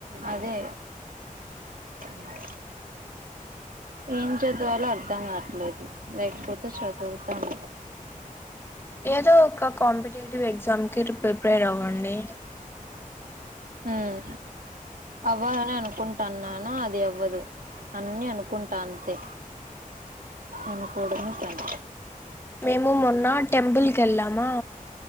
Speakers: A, on the right; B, on the left.
A: అదే మ్మ్ ఏం చదవాలో అర్థం కావట్లేదు లేకపోతే చదువుతాను
B: ఏదో ఒక కాంపిటేటివ్ ఎగ్జామ్కి ప్రిపేర్ అవ్వండి
A: హ్మ్ అవ్వాలనే అనుకుంటాన్నాను అది అవ్వదు అన్ని అనుకుంటా అంతే అనుకోడమే పని
B: మేము మొన్న టెంపుల్ కి ఎళ్ళామా